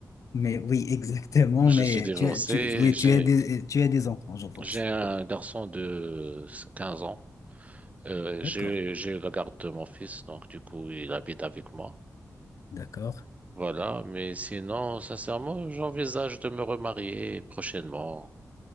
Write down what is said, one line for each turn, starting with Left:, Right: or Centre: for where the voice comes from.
Left: Mais oui, <laughs> exactement.
Right: Je
Left: Mais
Right: suis divorcé,
Left: tu as, tu,
Right: et
Left: oui,
Right: j'ai,
Left: tu as des, tu as des enfants, je pense.
Right: j'ai un garçon de 15 ans. Euh,
Left: D'accord,
Right: je, je regarde mon fils, donc du coup, il habite avec moi.
Left: d'accord.
Right: Voilà, mais sinon, sincèrement, j'envisage de me remarier prochainement,